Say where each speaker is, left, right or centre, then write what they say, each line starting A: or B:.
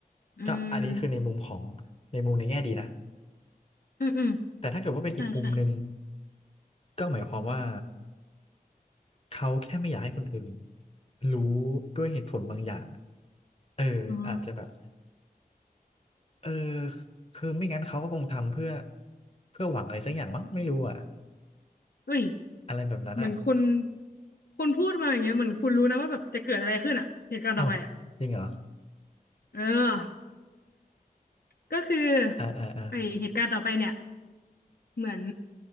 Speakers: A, on the left (about 75°); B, on the left (about 40°).
A: อืม
B: ก็อันนี้คือในมุมของในมุมในแง่ดีนะ
A: อืมอืม
B: แต่ถ้าเกิดว่าเป็นอีกมุมหนึ่ง
A: ใช่ใช่
B: ก็หมายความว่าเขาแค่ไม่อยากให้คนอื่นรู้ด้วยเหตุผลบางอย่างเอออาจจะแบบ
A: อ๋อ
B: เออคือไม่งั้นเขาก็คงทำเพื่อเพื่อหวังอะไรสักอย่างมั้งไม่รู้อ่ะ
A: เอ้ย
B: อะไรแบบนั้นอ่ะ
A: เหมือนคุณคุณพูดมาอย่างเงี้ยเหมือนคุณรู้นะว่าแบบจะเกิดอะไรขึ้นอ่ะเหตุการณ์ต่อไปอ่ะ
B: เอ้าจริงเหรอ
A: เออก็คือ
B: อ่าอ่าอ่า
A: ไอเหตุการณ์ต่อไปเนี่ย เหมือน